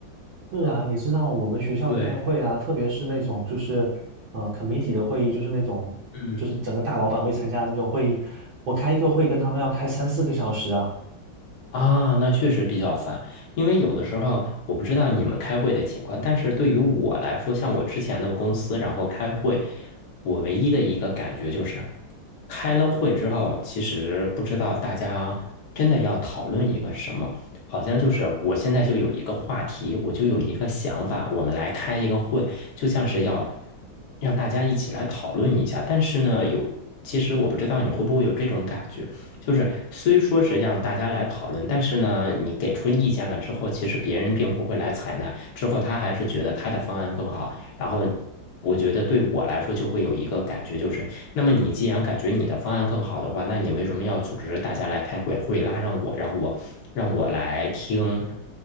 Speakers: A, on the right; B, on the left.
A: 是啊，你知道我们学校开会啊，
B: 对，
A: 特别是那种就是呃 committee 的会议，就是那种就是整个大老板会参加的那种会议，
B: 嗯。
A: 我开一个会跟他们要开三四个小时啊。
B: 啊，那确实比较烦，因为有的时候我不知道你们开会的情况，但是对于我来说，像我之前的公司，然后开会，我唯一的一个感觉就是，开了会之后，其实不知道大家真的要讨论一个什么，好像就是我现在就有一个话题，我就有一个想法，我们来开一个会，就像是要让大家一起来讨论一下，但是呢，有，其实我不知道你会不会有这种感觉。就是虽说是让大家来讨论，但是呢，你给出意见了之后，其实别人并不会来采纳，之后他还是觉得他的方案更好。然后我觉得对我来说就会有一个感觉，就是那么你既然感觉你的方案更好的话，那你为什么要组织大家来开会，会拉上我，让我让我来听，